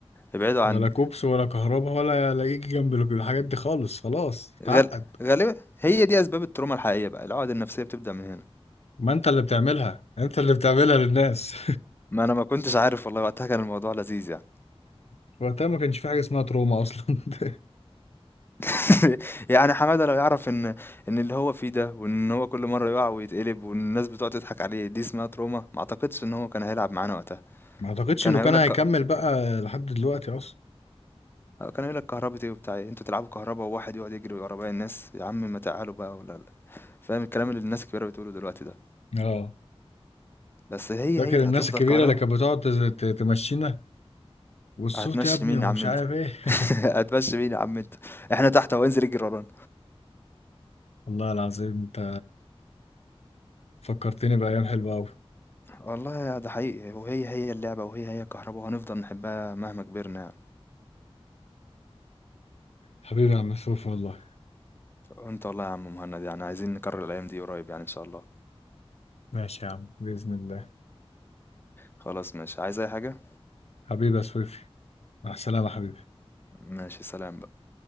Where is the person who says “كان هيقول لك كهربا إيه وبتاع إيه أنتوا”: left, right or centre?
Left